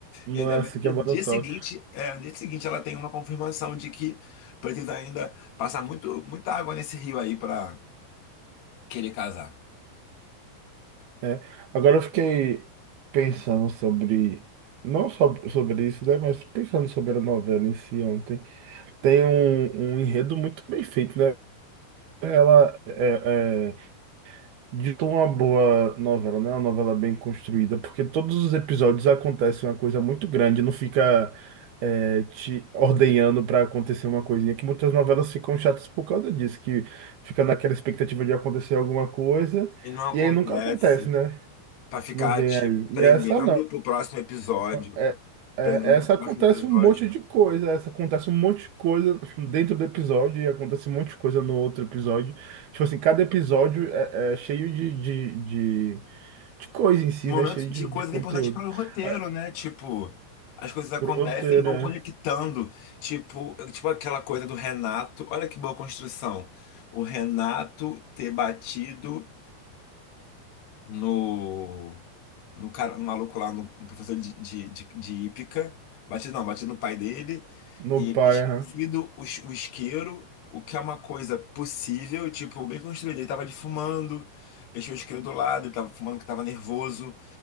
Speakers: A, on the right; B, on the left.
A: Não
B: E ainda
A: é assim
B: bem que
A: que a
B: no
A: banda
B: dia
A: toca.
B: seguinte, é, no dia seguinte ela tem uma confirmação de que precisa ainda passar muito, muita água nesse rio aí para querer casar.
A: É. Agora eu fiquei pensando sobre. Não só sobre isso, né? Mas pensando sobre a novela em si ontem. Tem um, um enredo muito bem feito, né? Ela é, é, De uma boa novela, né? Uma novela bem construída, porque todos os episódios acontecem uma coisa muito grande, não fica eh, te ordenhando para acontecer uma coisinha, que muitas novelas ficam chatas por causa disso, que fica naquela expectativa de acontecer alguma coisa,
B: E não acontece.
A: e aí nunca acontece, né?
B: Para ficar
A: Não vem
B: te
A: aí. E
B: prendendo
A: essa não.
B: pro próximo episódio.
A: É, é-
B: Prendendo
A: essa
B: pro
A: acontece
B: próximo episódio.
A: um monte de coisa, essa acontece um monte de coisa <laughs> dentro do episódio e acontece um monte de coisa no outro episódio. Tipo assim, cada episódio é, é cheio de, de, de de coisa em si,
B: de momentos
A: né? Cheio
B: de
A: de, de
B: coisas
A: conteúdo.
B: importantes para o roteiro,
A: Ah,
B: né? Tipo, as coisas acontecem
A: Brother,
B: e vão conectando. Tipo, tipo aquela coisa do Renato. Olha que boa construção. O Renato ter batido no no cara, no maluco lá, no, no professor de, de, de, de hípica. Batido não, batido no pai dele.
A: no
B: E
A: bairro,
B: ele ter esquecido o, is- o isqueiro, o que é uma coisa possível, tipo, bem construída. Ele tava ali fumando, deixou o isqueiro do lado, ele tava fumando que tava nervoso.